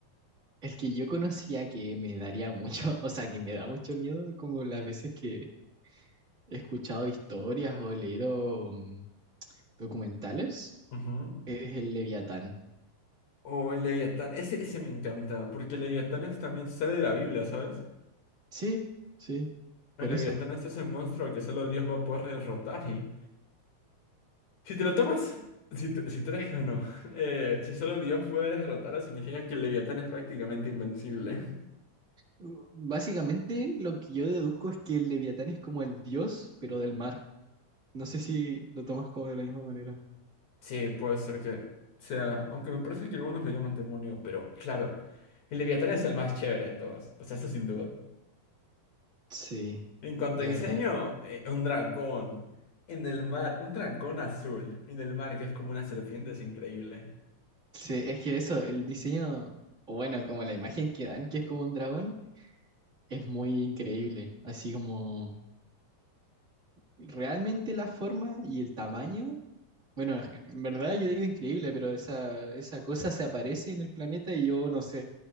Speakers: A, on the right (about 40°); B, on the left (about 60°).
A: el que yo conocía que me daría mucho, <laughs> o sea, que me da mucho miedo, como las veces que he escuchado historias o he leído mm, documentales,
B: Ujú.
A: es el Leviatán.
B: O el Leviatán, ese, ese me encanta, porque el Leviatán es- también sale de la Biblia, ¿sabes?
A: Sí, sí, por
B: El Leviatán
A: eso.
B: es ese monstruo que solo Dios va a poder derrotar y... Si te lo tomas, si, tú- si tú eres que no, <laughs> eh, si solo Dios puede derrotarlo, significa que el Leviatán es prácticamente invencible.
A: Uh, Básicamente lo que yo deduzco es que el Leviatán es como el dios, pero del mar. No sé si lo tomas como de la misma manera.
B: Sí, puede ser que sea, aunque me parece que algunos lo llaman demonio, pero claro, el Leviatán es el más chévere de todos, o sea, eso sin duda.
A: Sí,
B: En cuanto
A: la
B: a diseño,
A: verdad.
B: eh, un dragón en el mar, un dragón azul en el mar que es como una serpiente, es increíble.
A: Sí, es que eso, el diseño, o bueno, como la imagen que dan, que es como un dragón. Es muy increíble, así como realmente la forma y el tamaño. Bueno, en verdad yo digo increíble, pero esa, esa cosa se aparece en el planeta y yo no sé,